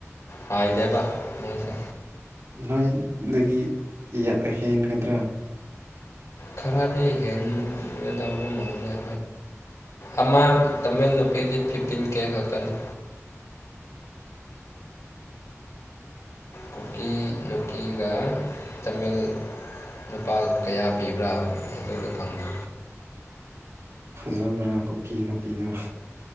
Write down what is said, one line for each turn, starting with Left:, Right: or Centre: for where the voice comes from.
Left: ꯍ ꯏꯗꯦꯕꯁ
Right: ꯅꯣꯏꯗꯒꯤ ꯍꯦꯟꯒꯗ꯭ꯔꯥ
Left: ꯈꯔꯗꯤ ꯍꯦꯟꯒꯗꯕ ꯃꯣꯏ ꯑꯃ ꯇꯃꯦꯡꯂ ꯅꯨꯨꯄꯤ ꯐꯤꯐꯇꯤꯟ ꯀꯦ ꯈꯥꯛꯇꯥꯅꯤ ꯀꯨꯀꯤ ꯅꯨꯨꯀꯤꯒ ꯇꯥꯃꯤꯜ ꯅꯨꯄꯥ ꯀꯌꯥ ꯄꯤꯕ꯭ꯔꯥ ꯑꯗꯨꯗ ꯈꯪꯗꯦ
Right: ꯕꯥꯡ ꯀꯨꯀꯤ ꯅꯨꯄꯤꯗ